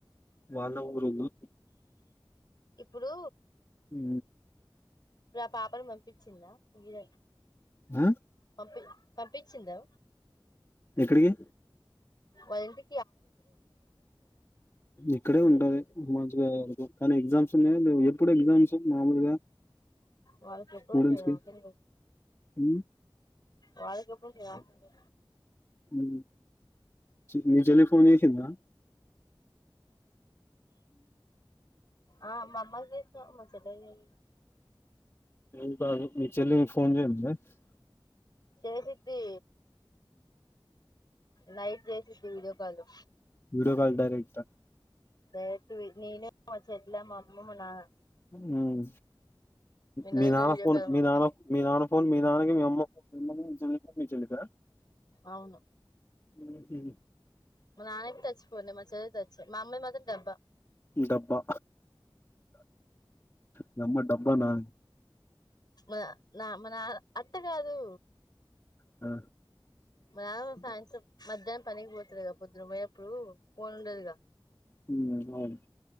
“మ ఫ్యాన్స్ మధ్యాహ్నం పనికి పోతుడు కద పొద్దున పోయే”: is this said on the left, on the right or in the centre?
Left